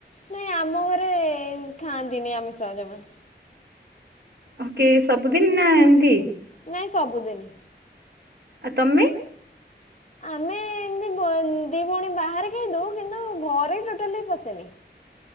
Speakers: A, on the left; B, on the right.
A: ନାଇଁ ଆମ ଘରେ ଖାଆନ୍ତିନି ଆମେ ସହଜମା।
B: ଓକେ ସବୁଦିନ ନା ଏମତି?
A: ନାଇଁ ସବୁଦିନ।
B: ଆ ତମେ?
A: ଆମେ ଏମତି ବ ଦି ଭଉଣୀ ବାହାରେ ଖାଇଦଉ କିନ୍ତୁ ଘରେ ଟୋଟାଲି ପଶେନି।